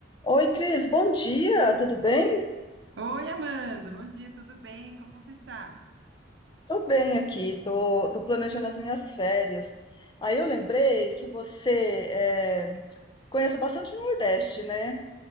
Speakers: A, on the left (about 25°); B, on the right (about 70°).
A: Oi, Cris, bom dia, tudo bem?
B: Oi, Amanda, bom dia, tudo bem? Como você está?
A: Tô bem aqui, tô, tô planejando as minhas férias. Aí eu lembrei que você eh, conhece bastante o Nordeste, né?